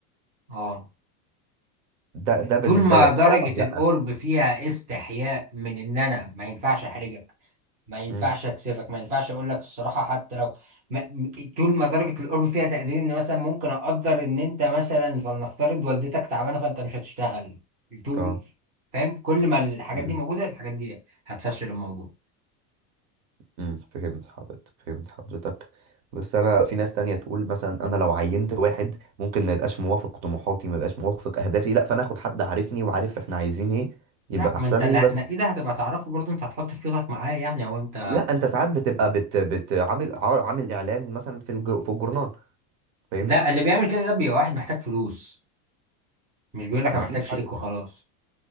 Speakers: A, on the right (about 15°); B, on the right (about 60°).
A: اه
B: ده ده بالنسبه
A: طول ما
B: لك
A: درجة
B: اه او لا
A: القرب فيها استحياء من ان انا ما ينفعش احرجك ما ينفعش
B: امم
A: اكسفك ما ينفعش اقول لك الصراحة حتى لو ما... م- طول ما درجة القرب فيها تقدير ان مثلا ممكن اقدر ان انت مثلا فلنفترض والدتك تعبانة فانت مش هتشتغل طول
B: اه
A: فاهم كل ما الحاجات
B: امم
A: دي موجودة الحاجات دي هتفشل الموضوع
B: امم فهمت حضرتك فهمت حضرتك بس انا في ناس تانية تقول مثلا انا لو عينت واحد ممكن ما يبقاش موافق طموحاتي ما يبقاش موافق اهدافي لا فانا اخد حد عارفني وعارف احنا عايزين ايه يبقى
A: لا
B: احسن
A: ما انت اللي
B: لي
A: هتنقيه
B: بس
A: ده هتبقى تعرفه برضه انت هتحط فلوسك معاه يعني هو انت
B: لا انت ساعات بتبقى بت بت عامل عار- عامل اعلان مثلا في الج... في الجورنال فاهمني
A: لا اللي بيعمل كده ده بيبقى واحد محتاج فلوس مش بيقول لك انا
B: مفيش
A: محتاج شريك
B: حد
A: وخلاص